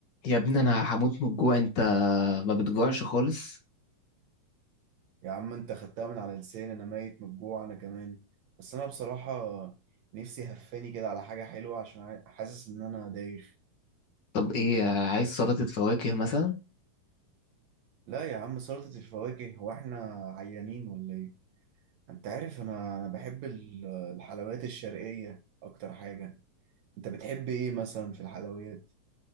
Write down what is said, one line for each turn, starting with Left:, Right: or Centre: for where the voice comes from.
Left: يا ابني انا هموت من الجوع انت ما بتجوعش خالص
Right: يا عم انت خدتها من على لساني انا ميت من الجوع انا كمان بس انا بصراحة نفسي هفاني كده على حاجة حلوة عشان عا- حاسس ان انا دايخ
Left: طب ايه عايز سلطة فواكه مثلا
Right: لا يا عم سلطة الفواكه هو احنا عيانين ولا ايه انت عارف انا انا بحب ال- الحلويات الشرقية اكتر حاجة انت بتحب ايه مثلا في الحلويات